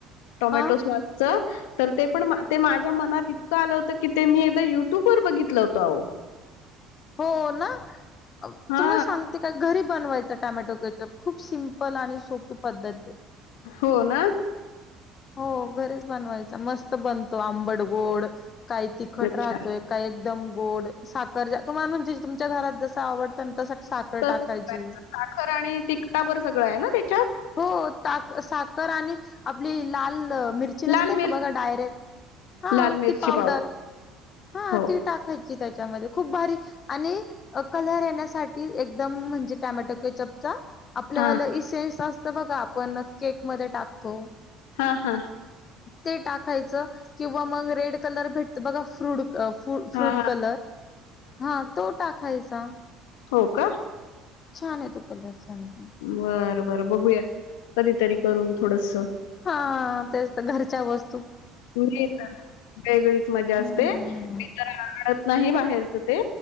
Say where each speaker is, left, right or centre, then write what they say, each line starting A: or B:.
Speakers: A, on the left; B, on the left.
A: टोमॅटो
B: हा
A: सॉस च तर ते पण ते माझ्या मनात इतकं आलं होतं की ते मी एकदा युट्यूब वर बघितलं होत आहो
B: हो ना तुमला
A: हा
B: सांगते का घरी बनवायच टॉमॅटो केचप खूप सिम्पल आणि सोपी पद्धत
A: हो ना
B: हो घरीच बनवायचा मस्त बनतो आंबड गोड काय तिखट
A: अच्छा
B: राहतोय काय एकदम गोड साखर तुम्हाला म्ह तुमच्या घरात जस आवडत ना तसा साखर
A: तस
B: टाकायची
A: करायचं साखर आणि तिकटावर सगळं आहे ना त्याच्यात
B: हो साखर आणि आपली लाल मिरची नसते
A: लाल
B: का
A: मिर
B: बघा डायरेक्ट हा
A: लाल मिरची
B: ती पावडर हा
A: हो
B: ती टाकायची त्याच्यामध्ये खूप भारी आणि कलर येण्यासाठी एकदम म्हणजे टमॅटो केचपचा आपल्या
A: हा
B: वाला इसेेन्स असतं बघा आपण केकमध्येध्ये टाकतो
A: हा हा
B: ते टाकायच किंवा मग रेड कलर भेटत बघा फ्रूट फू
A: हा
B: फ्रूट
A: हा
B: कलर हा तो टाकायचा
A: हो का
B: छान येतो कलर छान आहे.
A: बर बर बघूया कधीतरी करून थोडस
B: हा तेच घरच्या वस्
A: मी तर वेगळीच मजा
B: हम्म
A: असते मी तरळ नाही बाहेरच ते